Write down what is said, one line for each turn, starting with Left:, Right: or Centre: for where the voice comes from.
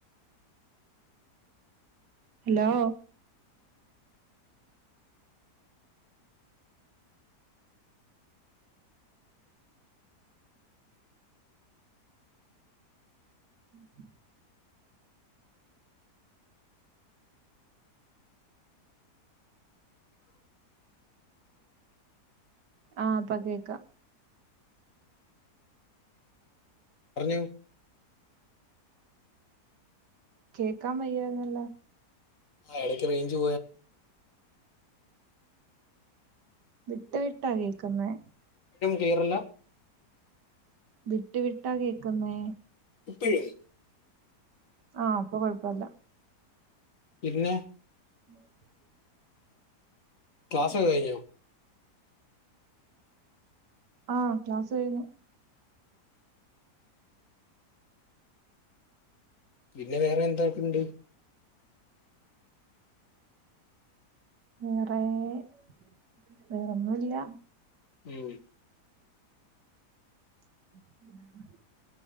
Right: ഹലോ ഉം <unintelligible> ആഹ് ഇപ്പ കേക്ക
Left: പറഞ്ഞോ
Right: കേക്കാ വയ്യന്നല്ല
Left: ആ എടയ്ക്ക് റേഞ്ച് പോയാ
Right: വിട്ട വിട്ടാ കേക്കുന്നേ
Left: കേരള
Right: വിട്ടു വിട്ടാ കേക്കുന്നേ
Left: ഇപ്പോഴും
Right: ആഹ അപ്പൊ കൊഴപ്പല്ല
Left: പിന്നെ <unintelligible>
Right: <unintelligible>
Left: ക്ലാസ് ഒക്കെകഴിഞ്ഞോ
Right: ആഹ ക്ലാസ് കഴിഞ്ഞു
Left: പിന്നെ വേറെ എന്തൊക്കെുണ്ട്
Right: വേറേ <unintelligible> വേറെൊന്നുംല്ല
Left: ഉം.
Right: ഉ <unintelligible>